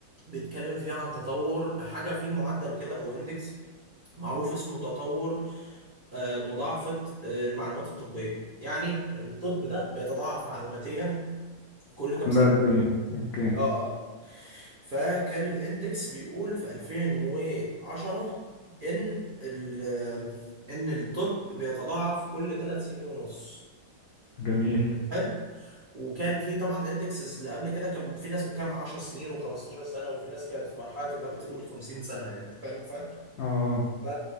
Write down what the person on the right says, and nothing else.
بيتكلم فيه عن تطور حاجة في معدل كده او اندكس معروف اسمه تطور آه، مضاعفة آه، المعلومات الطبية يعني الطب ده بيتضاعف معلوماتيا كل
كام سنة
اه اه فكان الاندكس بيقول في 2010 ان ال ان الطب بيتضاعف كل ثلاث سنين ونص
حلو وكان في طبعا الاندكسز اللي قبل كده كان في ناس بتتكلم عن 10 سنين و15 سنه وفي ناس كانت في مرحله ما بتقول 50 سنه يعني انت فاهم الفرق
ف